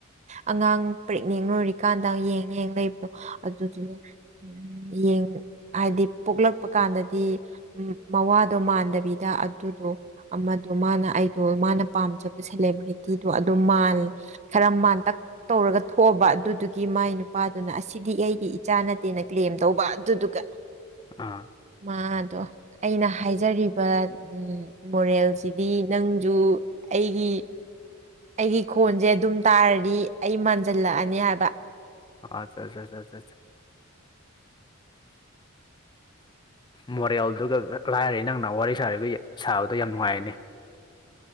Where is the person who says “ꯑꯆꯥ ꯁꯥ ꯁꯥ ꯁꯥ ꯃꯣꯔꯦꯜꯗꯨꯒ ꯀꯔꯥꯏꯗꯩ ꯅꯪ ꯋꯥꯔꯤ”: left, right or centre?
Left